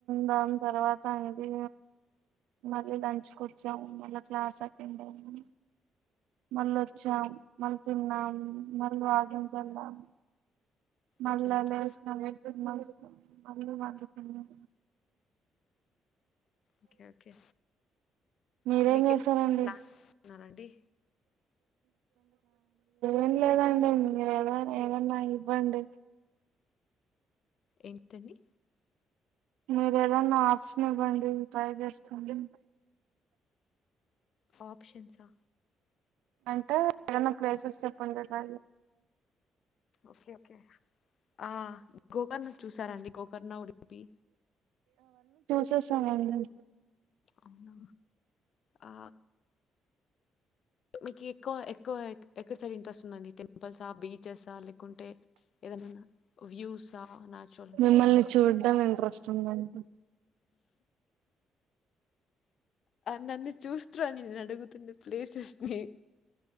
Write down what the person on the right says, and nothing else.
దాని తర్వాత అది మళ్ళీ లంచ్కొచ్చాము మళ్ళా క్లాస్ అటెండ్ అయ్యాము మళ్ళీ వచ్చాం మళ్ళీ తిన్నాం మళ్ళీ వాకింగ్ వెళ్ళాం మళ్ళ
లెసము మళ్ళీ పడుకునం
మీరేం
చేస్తారండి
ఏం లేదండి మీరు ఏద ఏదన్నా ఇవ్వండి
మీరు ఏదన్నా ఆప్షన్ ఇవ్వండి టై చేస్తాడి
అంటే ఏదన్నా ప్లేసెస్ చెప్పండి కదా
చూడమండి
మిమ్మల్ని
చూడ్డం ఇంట్రెస్ట్ ఉందండి